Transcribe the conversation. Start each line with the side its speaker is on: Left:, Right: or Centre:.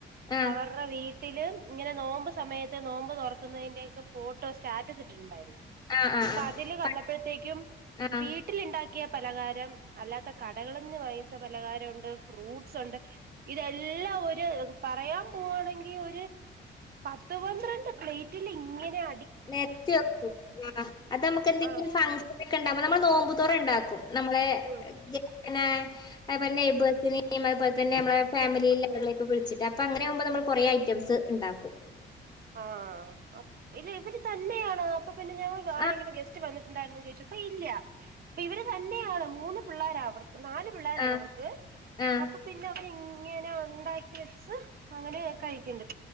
Left: ആഹ്
Right: അവരുടെവീട്ട വീട്ടില് ഇങ്ങനെ നോമ്പ് സമയത്ത് നോമ്പ് തൊറക്കുന്നതിന്റെ ഒക്കെ ഫോട്ടോ സ്റ്റാറ്റസ് ഇട്ടിട്ടുണ്ടായിരുന്നു
Left: ആഹ് ആഹ്
Right: പ്പഅതില്
Left: ആഹ്
Right: കണ്ടപ്പഴത്തേക്കും
Left: പ ആഹ്
Right: വീട്ടില്ണ്ടാക്കി <unintelligible> കിയപലകാരം അല്ലാത്ത കടകളിന്ന് വാങ്ങിച്ച പലകാരംണ്ട് ഫ്രൂട്ട്സ്ണ്ട് ഇതെല്ലാം ല്ല ഒര് പറയാൻ പോവാണെങ്കി ഒര് പത്ത് പന്ത്രണ്ട് പ്ലേറ്റില് ഇങ്ങനെ അ
Left: നെര്ത്തി വെക്കും ആഹ് അത് നമക്ക് എന്തെങ്കിലും
Right: ആ
Left: ഫ ഇക്കഇണ്ടാവുമ്പോ നമ്മള് നോമ്പതോറ ഇണ്ടാക്കും നമ്മളേ
Right: ഉം
Left: പിന്നേ അത്പോലെ നൈബ്ർസിന് യിംഅത്പോലെ തന്നെനമ്മളേ ഫാമിലിയില ആള്കളൊക്കെ വിളിച്ചിട്ട് അപ്പ അങ്ങനെ ആവുമ്പോ നമ്മള് കൊറേ ഐറ്റംസ് ഉണ്ടാക്കും
Right: ആഹ് ഇല്ല ഇവര് തന്നെയാണ് അപ്പൊ പിന്നെ ഞാൻ ആരെങ്കിലും
Left: ആഹ്
Right: ഗെസ്റ്റ് വന്നിട്ടുണ്ടായിരുന്നോ ചോദിച്ചപ്പ ഇല്ല്യാ ഇപ്പ ഇവര് തന്നെയാണ് മൂന്ന് പിള്ളോരാ അവർക്ക് നാല് പിള്ളാരാണ്
Left: ആഹ്
Right: അവർക്ക്
Left: ആഹ്
Right: അപ്പൊ പിന്നെ അവർ ഏ ങ്ങനെ ഉണ്ടാക്കി വെച്ച് അങ്ങനെ കഴിക്കണ്ടത്